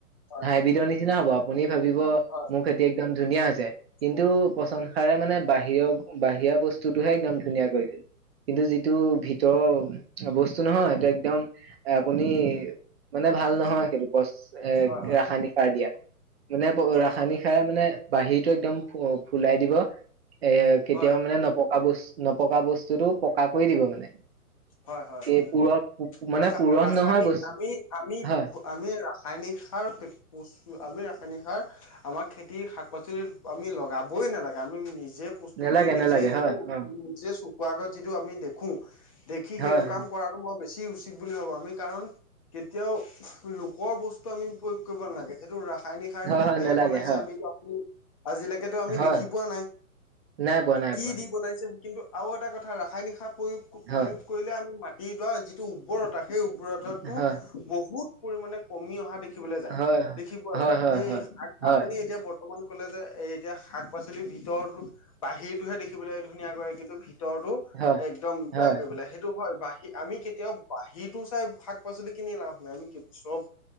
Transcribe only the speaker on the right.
হাইবিধৰ
নিচিনা হব আপুনি ভাবিব
মোৰ খেতিত। একদম ধুনীয়া হৈছে। কিন্তু
পচন ষাৰে মানে বাহিৰৰ বাহিৰা বস্তুটোহে একদম ধুনীয়া কৰি দিল কিন্তু যিটো ভিতৰৰ বস্তু নহয় এইটো একদম আপুনি মানে
ভাল
নহয় সেইটো পচ এ
ৰাসায়নিক
সাৰ দিয়া মানে ৰাসায়নিক
সাৰ মানে বাহীটো একদম ফুলাই দিব এ কেতিয়াও
মানে নপকা বছ্ নপকা বস্তুটোও পকা কৰি দিব মানে
এ পুৰঠ মানে
পুৰঠ
নহয় বস্তু
হয়,
নেলাগে
নেলাগে
হয় অ',
হয়,
হয়,
হয়,
হয়, নেলাগে
হয়,
হয়,
নাই পোৱা নাই
পোৱা,
হয়,
হয়,
হয়,
হয়,
হয়,
হয়,
হয়,
হয়,
হয়,